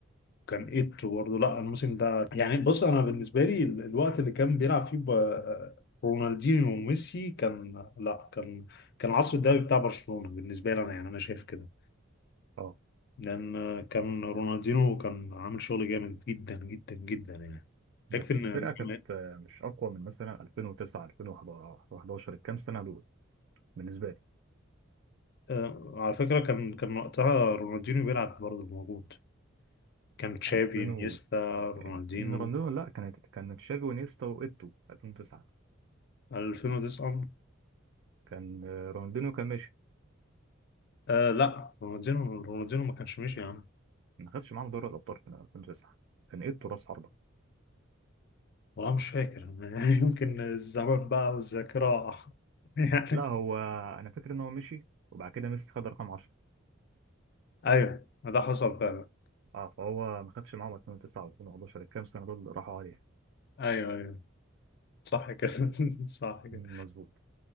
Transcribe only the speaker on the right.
اه
بس
الفرقه
كانت آه، مش اقوى من مثلا 2009 2011 الكام سنه دول بالنسبه لي
2000
و...
إن رونالدينو لا كانت كان تشافي ونيستا وايتو 2009
كان آه، رونالدينو كان ماشي
ما خدش معاهم دوري الابطال في 2009 كان ايتو راس حربه
لا هو انا فاكر ان هو مشي وبعد كده ميسي خد رقم 10
اه فهو ما خدش معاهم 2009 و2011 الكام سنه دول اللي راحوا عليه
<laughs>
مظبوط